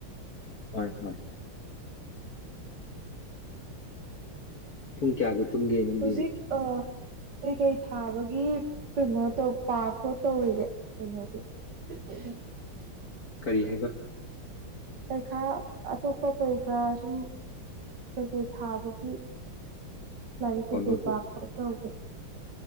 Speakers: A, on the left (about 45°); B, on the right (about 55°).
A: ꯍꯣꯏ ꯍꯣꯏ ꯄꯨꯡ ꯀꯌꯥꯗ ꯇꯨꯝꯒꯦ ꯅꯪꯗꯤ
B: ꯍꯧꯖꯤꯛ ꯑ ꯀꯩꯀꯩ ꯊꯥꯕꯒꯤ ꯀꯩꯅꯣ ꯇꯧ ꯄꯥ ꯈꯣꯠ ꯇꯧꯔꯤꯒꯦ ꯀꯩꯅꯣꯗꯤ ꯎꯝ
A: ꯀꯔꯤ ꯍꯥꯏꯕ
B: ꯄꯔꯤꯈꯥ ꯑꯇꯣꯞꯄ ꯄꯔꯤꯈꯥ ꯁꯨꯝ ꯀꯩꯀꯩ ꯊꯥꯕꯒꯤ ꯂꯥꯏꯔꯤꯛ ꯀꯩꯀꯩ
A: ꯑꯣ ꯅꯣꯇꯤ
B: ꯄꯥ ꯈꯣꯠ ꯇꯧꯒꯦ